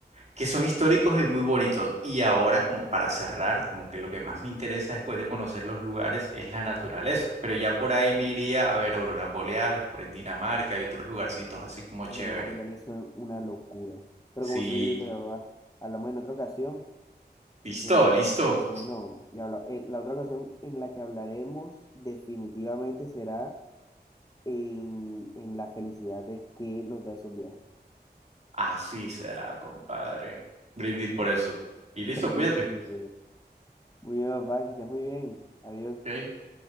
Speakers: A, on the right; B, on the left.
A: que son históricos y muy bonitos. Y ahora, como para cerrar, como que lo que más me interesa después de conocer los lugares es la naturaleza. Pero ya por ahí me iría a ver auroras boreales, por en Dinamarca y otros lugarcitos así como
B: Las
A: chévere.
B: auroras boreales son una locura. Pero
A: Sí.
B: como tú dijiste, papá, hablamos en otra ocasión.
A: Listo,
B: eh,
A: listo.
B: muy bueno. Y habla- eh, la otra ocasión en la que hablaremos definitivamente será en, en la felicidad de que nos da esos viajes.
A: Así será, compadre. Brindis por eso. Y listo,
B: Brindis,
A: cuídate.
B: mis Muy bien, papá, que estés muy bien. Adiós.
A: Ok.